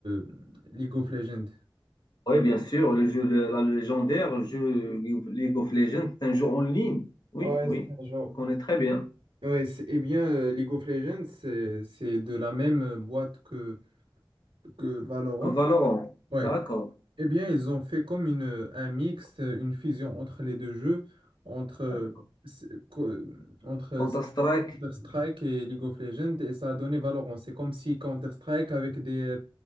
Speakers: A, on the right; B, on the left.
A: euh, League of Legends.
B: Oui, bien sûr, le jeu, le- la légendaire, le jeu League of Legends, c'est un jeu en ligne. Oui,
A: Ouais,
B: oui,
A: c'est un jeu.
B: je connais très bien.
A: Ouais, c'est- eh bien, euh, League of Legends, c'est c'est de la même euh, boîte que, que Valorant.
B: Valorant,
A: Ouais.
B: d'accord,
A: Eh bien, ils ont fait comme une, euh, un mix, euh, une fusion entre les deux jeux, entre, euh,
B: d'accord.
A: c'est- co- entre euh,
B: Counter-Strike,
A: Counter-Strike et League of Legends, et ça a donné Valorant. C'est comme si Counter-Strike avec des,